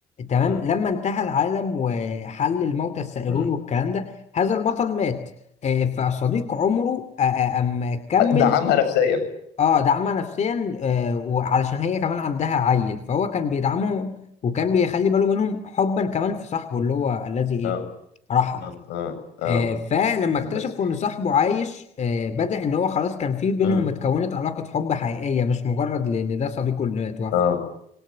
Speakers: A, on the left (about 45°); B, on the left (about 85°).
A: تمام
B: مم،
A: لما انتهى العالم وحل الموتى السائرون
B: مم.
A: والكلام ده هذا البطل مات آه، فصديق عمره آه، آه، أم كمل
B: دعمها نفسيا
A: اه دعمها نفسيا آه وعلشان هي كمان عندها عيل فهو كان بيدعمهم وكان بيخلي باله منهم حبا كمان في صاحبه اللي هو الذي ايه
B: اه
A: رحل
B: اه اه اه
A: آه فلما
B: هندسة
A: اكتشفوا ان صاحبه عايش آه بدأ ان هو خلاص كان في بينهم
B: مم.
A: اتكونت علاقة حب حقيقية مش مجرد لان ده صديقه اللي اتوفى
B: اه